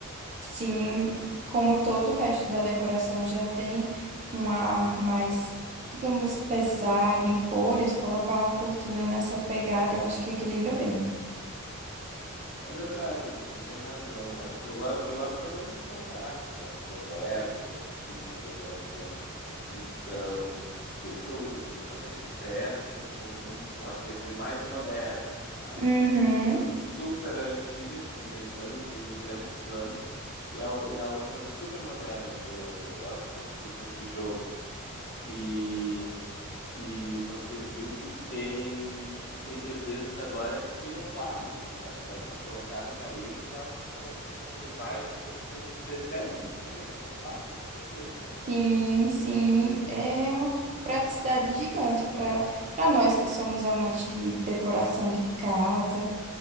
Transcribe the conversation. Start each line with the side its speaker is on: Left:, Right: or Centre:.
Right: Sim,
Left: tem razão.
Right: como todo o resto da decoração já tem um ar mais, digamos, pesado em cores, colocar uma cortina nessa pegada, eu acho que equilibra bem.
Left: É verdade, você tem razão. Acho que eu gosto, eu gosto bastante desse contraste, né, do moderno e do antigo na decoração. Então, por isso que eu uso assim o tapete persa em conjunto com a TV mais moderna, sabe?
Right: Uhum.
Left: Então tem uma coisa super antiga que brincando tem 200 anos e a, o- e a outra super moderna do ano. Eu gosto desse, desse jogo. E e você viu que tem tem TVs agora que viram quadros, né, que dá para colocar na parede e elas ficam, assim, passando imagens, mas você não percebe que é uma TV, é um quadro, né? é impressionante.
Right: Sim, sim, é uma praticidade gigante para para nós que somos amantes de decoração de casa,